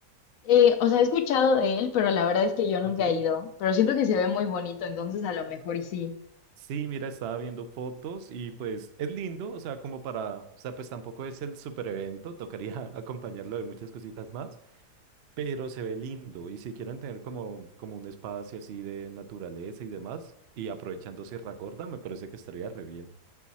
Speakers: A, on the left; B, on the right.
A: Eh, o sea, he escuchado de él, pero la verdad es que yo nunca
B: Ok.
A: he ido, pero siento que se ve muy bonito, entonces a lo mejor y sí.
B: Sí, mira, estaba viendo fotos y pues es lindo, o sea, como para, o sea, pues tampoco es el super evento, tocaría <laughs> acompañarlo de muchas cositas más. pero se ve lindo. Y si quieren tener como, como un espacio así de naturaleza y demás, y aprovechando Sierra Gorda, me parece que estaría re bien.